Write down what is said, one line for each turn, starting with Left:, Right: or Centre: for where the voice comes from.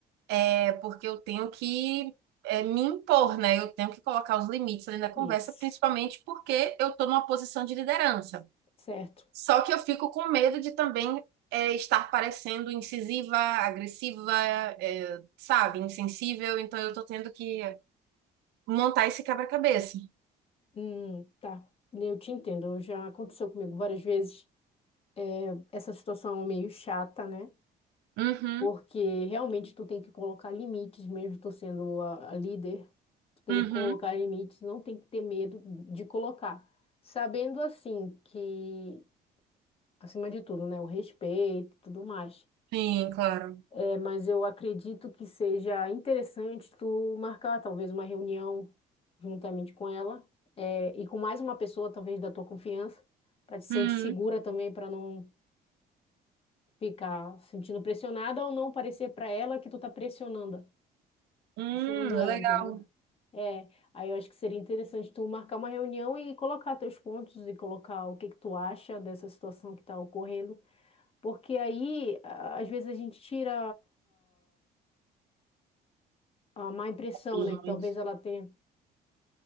Right: é porque eu tenho que é, me impor, né? Eu tenho que colocar os limites ali na conversa,
Left: isso,
Right: principalmente porque eu tô numa posição de liderança.
Left: certo.
Right: Só que eu fico com medo de também é, estar parecendo incisiva, agressiva, é, sabe, insensível, então eu tô tendo que montar esse quebra-cabeça.
Left: Hum, tá. Eu te entendo, já aconteceu comigo várias vezes. É, essa situação é meio chata, né?
Right: Uhum,
Left: Porque realmente tu tem que colocar limites, mesmo tu sendo a, a líder, tu tem
Right: uhum.
Left: que colocar limites, não tem que ter medo de colocar. Sabendo assim que, acima de tudo, né, o respeito e tudo mais.
Right: Sim, claro.
Left: É, mas eu acredito que seja interessante tu marcar talvez uma reunião juntamente com ela, é, e com mais uma pessoa, talvez da tua confiança, para te sentir
Right: Hum,
Left: segura também, para não ficar sentindo pressionada ou não parecer para ela que tu tá pressionando,
Right: hum,
Left: pressionando ela,
Right: legal.
Left: entendeu? É, aí eu acho que seria interessante tu marcar uma reunião e colocar teus pontos e colocar o que que tu acha dessa situação que está ocorrendo, porque aí a- às vezes a gente tira a má impressão,
Right: Uhum,
Left: né? Que talvez ela tenha,